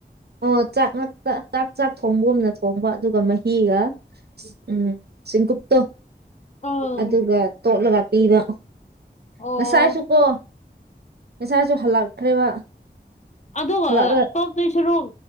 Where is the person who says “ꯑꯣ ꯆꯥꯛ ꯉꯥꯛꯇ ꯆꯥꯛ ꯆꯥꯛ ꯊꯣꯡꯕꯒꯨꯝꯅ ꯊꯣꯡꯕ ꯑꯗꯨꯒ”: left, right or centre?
Right